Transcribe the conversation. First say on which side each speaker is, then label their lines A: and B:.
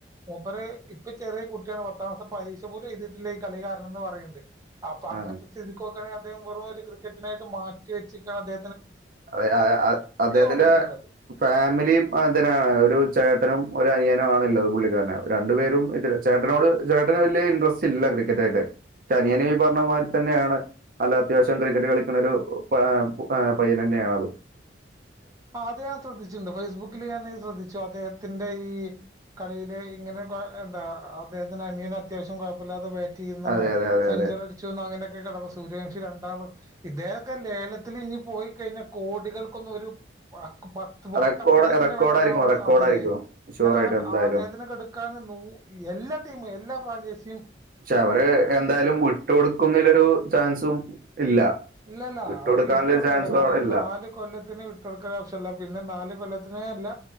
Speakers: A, on the right; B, on the right.
A: മൂപ്പര് ഇപ്പൊ ചെറിയ കുട്ട്യാണ് പത്താംക്ലാസ്. പരീക്ഷ പോലും എഴ്തിട്ടില്ല ഈ കളികാരണന്ന് പറീണ്ട്. പ്പ അങ്ങൻത്തെ
B: ആ
A: സ്ഥതിക്കൊക്കാണെ അദ്ദേഹം വേറൊര് ക്രിക്കറ്റിനായിട്ട് മാറ്റി വെച്ചക്കാണ് അദ്ദേ
B: അ അ അ അദ്ദേഹത്തിന്റെ
A: തോന്നിയിട്ടുള്ളത്
B: ഫാമിലിയും അങ്ങൻതന്നെണ് ഒരു ചേ ട്ടനും ഒരനിയനാണ്ള്ളത് പുള്ളിക്കാരന് രണ്ടു പേരും ഇതില് ചേട്ടനോട് ചേട്ടന് വെല്ല്യെ ഇൻട്രസ്റ്റ് ല്ല ക്രിക്കറ്റ്. യ്ട്ട് പക്ഷേ അനിയന് ഈ പർഞ്ഞ മാരി തെന്നെണ്. നല്ല അത്യാവശ്യം ക്രിക്കറ്റ്‌ കളിക്കണൊരു ഏഹ് ഏഹ് പയ്യനന്നേണത്.
A: ആഹ് അത് ഞാൻ ശ്രദ്ധിച്ച്ണ്ട് ഫേസ്ബുക്കില് ഞാന് ശ്രദ്ധിച്ചു അദ്ദേഹ ത്തിന്റെ ഈ കളിയില് ഇങ്ങനെ ക്കെ എന്താ അദ്ദേഹത്തിന്റനിയന് അത്യാവശ്യം കൊയപ്പല്ലാത ബാ റ്റെയ്യ്ന്ന്ണ്ടോ
B: അതെ, അതെ, അതെ,
A: സെഞ്ച്വറടിച്ചുന്നങ്ങനെ
B: അതെ.
A: <unintelligible> സൂര്യകംശി രണ്ടാമൻ ഇദ്ദേഹോക്കെ ലേലത്തില് ഇനി പോയി കഴിഞ്ഞാ കോടികൾക്കൊന്നൊരു പത്ത് വട്ടപൂജ്യത്തിന്റെ
B: റെക്കോർഡ് റെക്കോർഡായിരിക്കും
A: വെല ണ്ടാവൊന്ന്
B: റെക്കോർഡായിരിക്കും.
A: അതെ
B: ഷുവർ
A: കാരണം
B: ആയിട്ട്
A: ആ
B: എന്തായാലും.
A: ആദ്ദേഹത്തിനെട്ക്കാൻ എല്ലാ ടീമും എല്ലാ ഫ്രാഞ്ചേസിയും
B: പക്ഷെ അവര് എന്തായാലും വിട്ട് കൊടുക്കുന്നതിലൊരു ചാൻസും ഇല്ല.
A: ഇല്ലല്ല
B: വിട്ടുകൊടുക്കാനുള്ളൊരു
A: അവര് വിട്ട് കൊടുക്കൂല
B: ചാൻസും
A: കാരണം
B: അവിടെ
A: ഈ
B: ഇല്ല.
A: നാല് കൊല്ലത്തിന് വിട്ടുകൊടുക്കാൻ ആവശ്യമില്ല പിന്നെ നാല് കൊല്ലത്തി അത്രേം അല്ല